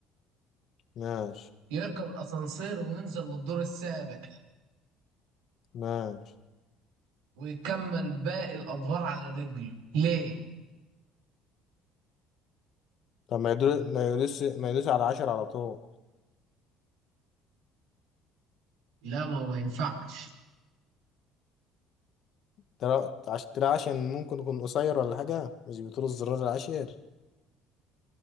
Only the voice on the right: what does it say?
يركب الأسانسير وينزل للدور السابع
ويكمل باقي الأدوار على رجله ليه؟
لا ما ما ينفعش